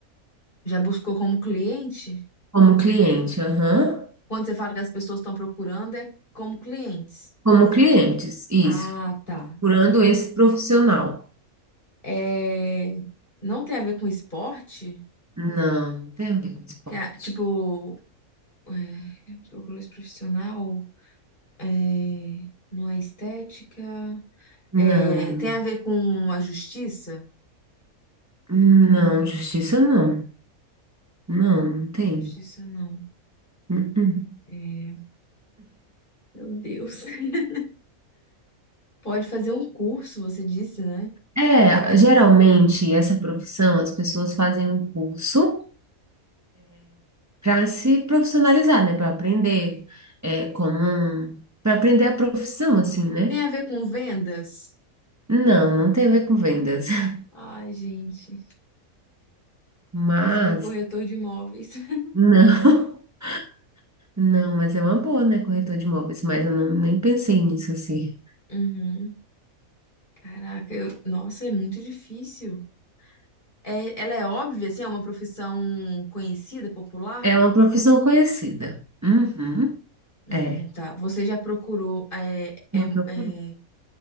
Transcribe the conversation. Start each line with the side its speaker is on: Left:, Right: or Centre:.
Left: Já buscou como cliente?
Right: como cliente, aham.
Left: Quando você fala que as pessoas estão procurando, é como clientes.
Right: Como clientes, isso,
Left: Ah, tá,
Right: procurando
Left: tá.
Right: esse profissional.
Left: É, não tem a ver com esporte?
Right: Não, não tem a ver com esporte.
Left: Tem a- tipo, é, procura-se profissional, é, não é estética.
Right: Não,
Left: É, tem a ver com a justiça?
Right: não, justiça não. Não, não tem.
Left: Justiça não.
Right: Uh-uh.
Left: É, meu Deus. <laughs> Pode fazer um curso, você disse, né?
Right: É, geralmente essa profissão as pessoas fazem um curso para se profissionalizar, né? Para aprender é, como um, para aprender a profissão, assim, né?
Left: Tem a ver com vendas?
Right: Não, não tem a ver com vendas. <laughs>
Left: Ai, gente,
Right: Mas,
Left: eu pensei no corretor de imóveis. <laughs>
Right: não, <laughs> não, mas é uma boa, né? Corretor de imóveis, mas eu não, nem pensei nisso, assim.
Left: Uhum. Caraca, eu- nossa, é muito difícil. É, ela é óbvia, assim, é uma profissão conhecida, popular?
Right: É uma profissão conhecida. Uhum,
Left: Hum,
Right: é.
Left: tá. Você já procurou, é, é,
Right: Já procurei.
Left: é,